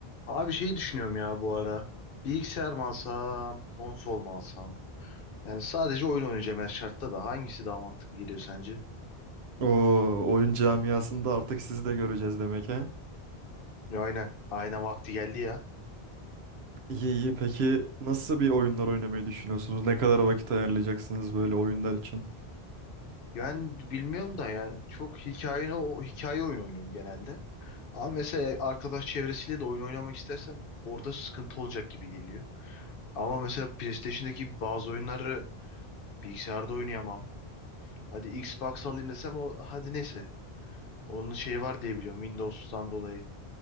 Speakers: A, on the left; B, on the right.
A: Abi şey düşünüyorum ya bu ara. Bilgisayar mı alsam, konsol mu alsam? Yani sadece oyun oynayacağım her şartta da. Hangisi daha mantıklı geliyor sence?
B: Oo, oyun camiasında artık sizi de göreceğiz demek ha.
A: Ya Aynen. Aynen vakti geldi ya.
B: İyi iyi. Peki nasıl bir oyunlar oynamayı düşünüyorsunuz?
A: Hı.
B: Ne kadar vakit ayarlayacaksınız böyle oyunlar için?
A: Yani bilmiyorum da yani çok hikaye, o hikaye oyunu oynuyorum genelde. Ama mesela arkadaş çevresiyle de oyun oynamak istersem orada sıkıntı olacak gibi geliyor. Ama mesela PlayStation'daki bazı oyunları bilgisayarda oynayamam. Hadi Xbox alayım desem o hadi neyse. Onun şeyi var diye biliyorum Windows'tan dolayı.